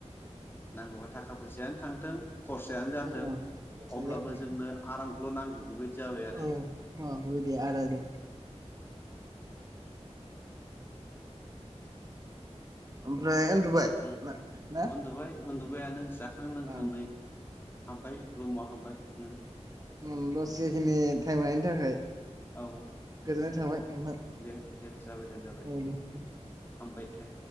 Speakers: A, on the left; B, on the right.
A: नांगौबा थाखा फैसायानो थांथों खरसायानो जाथों
B: औ दसे
A: अब्लाबो
B: जाथों
A: जोंनो आराम खौल' नांगौ बेबायदि जाबाय आरो
B: औ अ दे आदा दे। ओमफ्राय उन्दुबाय
A: उम
B: ना ना?
A: उन्दुबाय उन्दुबायानो जाखां लोंखां
B: अ
A: नै हाबबाय रुमाव हाबबाय।
B: उम दसेखिनि टाइम लानायनि थाखाय।
A: औ
B: गोजोननाय थाबाय नोंथां
A: दे दे जाबाय दे जाबाय।
B: औ दे
A: हामबाय दे।